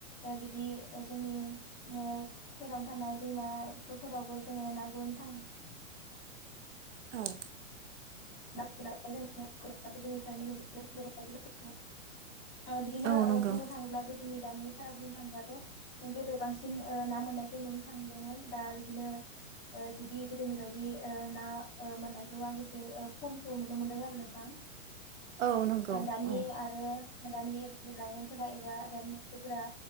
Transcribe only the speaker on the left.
बिदि जोंनि ओ सेरावनो थानाय दैमाफोरावबो जोङो ना गुर नो थाङो
ना <unintelligible> ओ बिदिनो
बुंनो थाङोब्ला गोदोनि दानि भारा बुंनो थाङोबाथ' गोदो बांसिन ना मोननायखौ नुनो थांदोंमोन दा बिदिनो ओ बिदि गोदोनि बायदि ओ ना ओ मोननायखौ आं एसे ओ खमखौ नुनो मोनदों आरो नोंथां।
दानि
आरो दानि लाइमोनफोरा एबा दानि आजोफोरा